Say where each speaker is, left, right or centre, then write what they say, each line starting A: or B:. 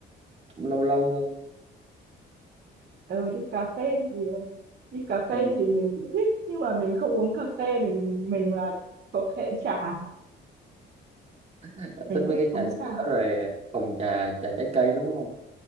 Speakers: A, on the right; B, on the right.
A: cũng lâu lâu thôi
B: ừ đi cà phê thì đi cà phê
A: ừ.
B: thì mình cũng thích nhưng mà mình không uống cà phê mình mình là thuộc hệ trà
A: Bạn
B: mình
A: thích mấy
B: thích
A: cái
B: uống
A: trà sữa
B: trà
A: rồi hồng trà trà trái cây đúng không